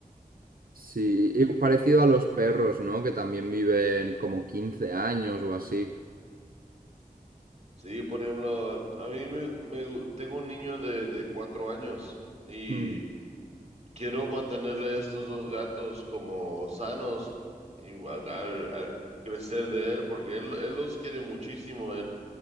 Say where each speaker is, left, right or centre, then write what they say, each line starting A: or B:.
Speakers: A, on the right; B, on the right.
A: sí, y parecido a los perros, ¿no? Que también viven como 15 años o así.
B: Sí, por ejemplo, a mí me, me gu- tengo un niño de, de cuatro años y
A: Mm.
B: quiero mantenerle a estos dos gatos como sanos y al, al- al crecer de él, porque él, él los quiere muchísimo,